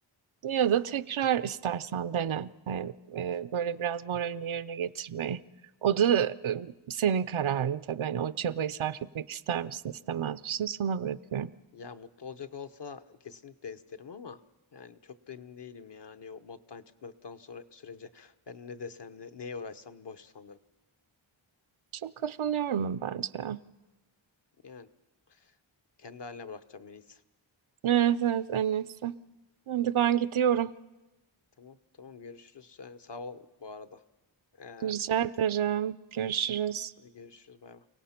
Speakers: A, on the right (about 80°); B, on the left (about 60°).
A: Ya da tekrar istersen dene. Yani, e, böyle biraz moralini yerine getirmeyi. O da e, senin kararın tabii. Hani o çabayı sarf etmek ister misin, istemez misin sana bırakıyorum.
B: Ya mutlu olacak olsa kesinlikle isterim ama yani çok da emin değilim ya. Hani o moddan çıkmadıktan sonra sürece ben ne desem ne, neye uğraşsam boş sanırım.
A: Çok kafanı yorma bence ya.
B: Yani kendi haline bırakacağım en iyisi.
A: Evet, evet en iyisi. Şimdi ben gidiyorum.
B: Tamam tamam görüşürüz. Yani sağ ol bu arada. Ee,
A: Rica ederim. Görüşürüz.
B: görüşürüz bay bay.